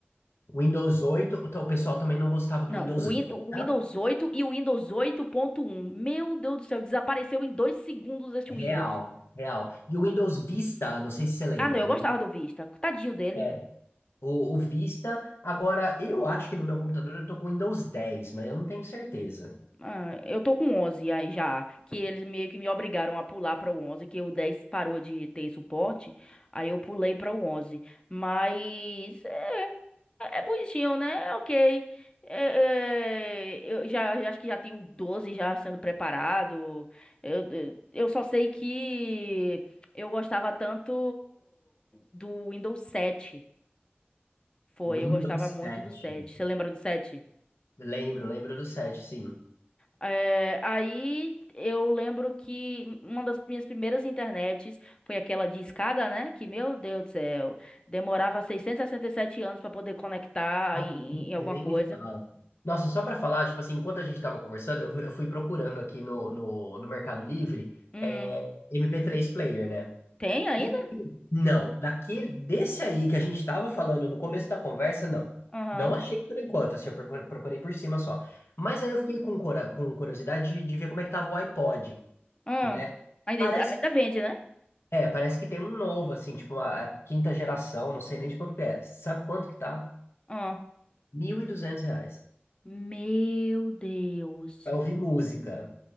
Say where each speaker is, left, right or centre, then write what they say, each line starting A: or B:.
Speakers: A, on the left; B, on the left.
A: O Windows 8, o tal- o pessoal também não gostava
B: Não,
A: do Windows
B: o, Win-
A: Vista.
B: o Windows 8 e o Windows 8.1. Meu Deus do céu, desapareceu em dois segundos esse
A: Real,
B: Windows.
A: real. E o Windows Vista, não sei se você lembra,
B: Ah, não, eu
A: do,
B: gostava
A: Win-
B: do Vista. Tadinho dele.
A: é, o, o Vista, agora eu acho que no meu computador eu tô com Windows 10, mas eu não tenho certeza.
B: Ah, eu tô com onze aí já, que eles meio que me obrigaram a pular para o onze que o dez parou de ter suporte, aí eu pulei para o onze Mas é, é bonitinho, né? É ok. É, é, eu já, já acho que já tenho o 12 já sendo preparado. Eu, eu eu só sei que eu gostava tanto do Windows sete Foi,
A: Windows
B: eu gostava muito
A: 7.
B: do sete Você lembra do sete
A: Lembro, lembro do 7, sim.
B: É, aí eu lembro que uma das minhas primeiras internets foi aquela de escada, né? Que, meu Deus do céu, demorava 667 anos pra poder conectar
A: Ah,
B: em, em alguma
A: nem
B: coisa.
A: me fala. Nossa, só para falar, tipo assim, enquanto a gente tava conversando, eu, fui- eu fui procurando aqui no, no, no Mercado Livre,
B: Hum,
A: é, MP3 player, né?
B: tem ainda?
A: E aí, não, daquele, desse aí que a gente estava falando no começo da conversa, não.
B: Aham.
A: Não achei por enquanto, assim, eu procurei procurei por cima só. Mas aí eu fiquei com, cora- com curiosidade de, de ver como é que tava o iPod,
B: Hum,
A: né?
B: ainda,
A: Parece,
B: exi- ainda vende, né?
A: é, parece que tem um novo, assim, tipo uma a quinta geração, não sei nem de quanto que é. Sabe quanto que tá?
B: Hum.
A: mil e duzentos reais.
B: Meu Deus.
A: Pra ouvir música.